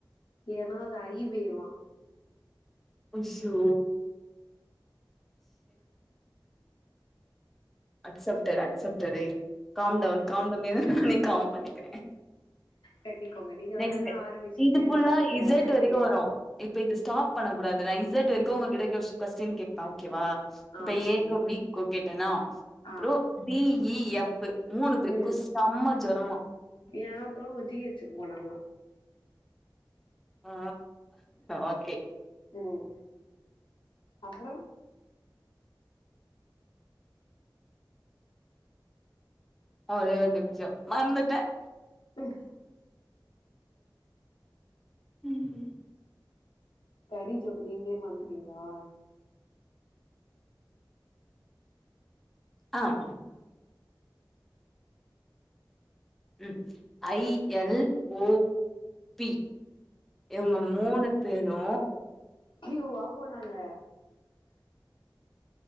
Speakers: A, on the left (about 85°); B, in the centre.
A: ஏனா அது ஐ வேவா
B: அஷ்யோ அக்சப்டடு அக்சப்டடு காம்டவுன் காம்டவுன் என்ன நானே காம் பண்ணிக்கிறே
A: கட்டிக்கோங்க நீங்க
B: நெக்ஸ்ட்
A: தானங்க ஆரம்பிச்சீங்க
B: இது ஃபுல்லா
A: இந்த இந்த
B: இசட்
A: வெளையாட்டையே
B: வரைக்கு வரு இப்ப இது ஸ்டாப் பண்ணக் கூடாது நா இசட் வரைக்கு உங்ககிட்ட கொஸ் கொஸ்டீன் கேப்ப ஒகெவா
A: ஆ
B: இப்ப
A: சேரி
B: ஏ க்கு பி க்கு கேட்டனா அப்றோ
A: ஆ
B: டி இ எஃப் மூணு பேர்க்கு
A: ம்
B: செம்ம ஜொரமா
A: ஏ அப்றோ அவங்க ஜி ஹெச்சு க்கு போனாங்க
B: ஆ ஓகே
A: ம் அப்றோ
B: ஒரே ஒரு நிமிசோ மறந்துட்ட
A: ம்ம்
B: ம்
A: கடி ஜோக் நீங்களே மறந்துட்டீங்ளா
B: ஆம் ம் ஐ எல் ஓ பி இவுங்க
A: ம்
B: மூணு தேரு
A: க்யூவா போனாங்க